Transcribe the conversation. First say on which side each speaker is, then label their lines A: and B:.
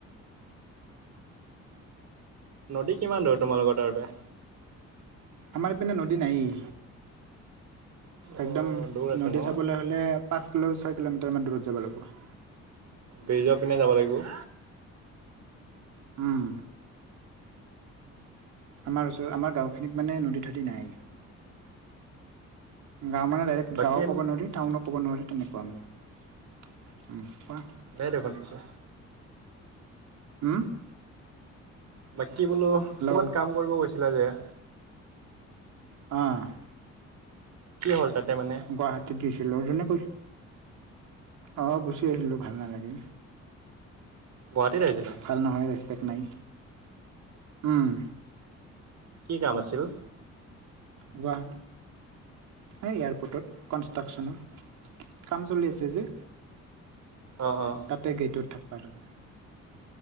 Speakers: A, on the right (about 60°); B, on the right (about 80°).
A: নদী কিমান দূৰ তোমালোকৰ তাৰ পৰা?
B: আমাৰ এপিনে নদী নায়েই,
A: অ
B: একদম
A: দূৰ আছে
B: নদী
A: ন
B: চাবলৈ হ- লে পাঁচ কিলো ছয় কিলোমিটাৰমান দূৰত যাব লাগিব।
A: ব্ৰিজৰ পিনে যাব লাগিব।
B: উম আমাৰ ওচৰ আমাৰ গাঁখিনিত মানে নদী ঠদী নাই। গাঁও মানে ডাইৰেক্ট
A: বাকী
B: গাঁৱও ক'ব নোৱাৰি- টাউনো ক'ব নোৱাৰি তেনেকুৱা মানে। উম' কোৱা?
A: লে দেখোন পিছে।
B: উওম?
A: বাকী বোলো
B: হেল্ল'
A: ক'বাত কাম কৰিব গৈছিলা যে-
B: অঁহ'
A: কি হ'ল তাতে মানে?
B: গুৱাহাটীত দিছিলো জোনে কৈছ- অ গুচি আহিলোঁ, ভাল নালাগিল।
A: গুৱাহাটীত আহিছিলা
B: ভাল নহয় ৰেচপেক্ট নাই, উম'।
A: কি কাম আছিল?
B: গুৱাহাটী এই এয়াৰপৰ্টত কনষ্ট্ৰাকশ্যনৰ। কাম চলি আছে যে।
A: অঁ অঁ।
B: তাতে গেইটোত থাকিবা লাগে।